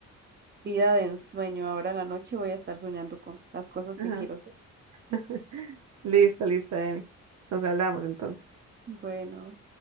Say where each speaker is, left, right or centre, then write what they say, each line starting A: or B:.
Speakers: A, on the right; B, on the right.
A: vida de ensueño. Ahora en la noche voy a estar soñando con las cosas
B: Ajá.
A: que quiero ser.
B: <laughs> Listo, listo, Emi. Nos hablamos entonces.
A: Bueno.